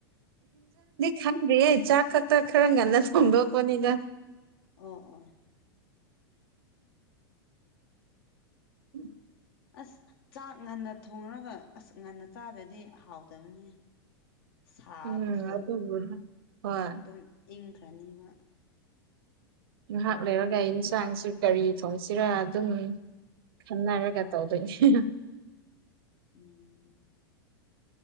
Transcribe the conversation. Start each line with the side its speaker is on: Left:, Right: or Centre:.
Right: ꯈꯪꯗꯦꯌꯦ ꯆꯥꯛ ꯈꯛꯇ ꯈꯔ ꯉꯟꯅ ꯊꯣꯡꯗꯣꯛꯀꯣꯅꯤꯅ
Left: ꯑꯣ ꯑꯣ
Right: ꯎꯝ
Left: ꯑꯁ ꯆꯥꯛ ꯉꯟꯅ ꯊꯣꯡꯔꯒ ꯑꯁ ꯉꯟꯅ ꯆꯥꯗ꯭ꯔꯗꯤ ꯍꯥꯎꯗꯕꯅꯤ ꯁꯥꯕꯗꯣ
Right: ꯎꯝ ꯑꯗꯨꯕꯨꯗꯤ ꯍꯣꯏ
Left: ꯑꯗꯨꯝ ꯏꯪꯈ꯭ꯔꯅꯤꯕ
Right: ꯉꯍꯥꯛ ꯂꯩꯔꯒ ꯌꯦꯟꯁꯥꯡꯁꯨ ꯀꯒꯥꯔꯤ ꯐꯣꯡꯁꯤꯔꯥ ꯑꯗꯨꯝ ꯈꯟꯗꯥꯔꯒ ꯇꯧꯗꯣꯏꯁꯤ
Left: ꯎꯝ